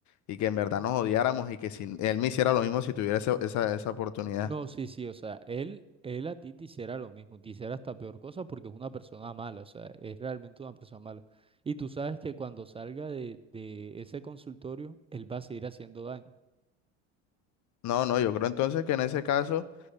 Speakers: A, on the left (about 55°); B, on the right (about 15°).
A: y que en verdad nos odiáramos y que si él me hiciera lo mismo si tuviera ese- esa, esa oportunidad.
B: No, sí, sí, o sea, él, él a ti te hiciera lo mismo, te hiciera hasta peor cosa porque es una persona mala, o sea, es realmente una persona mala. Y tú sabes que cuando salga de, de ese consultorio, él va a seguir haciendo daño.
A: No, no, yo creo entonces que en ese caso,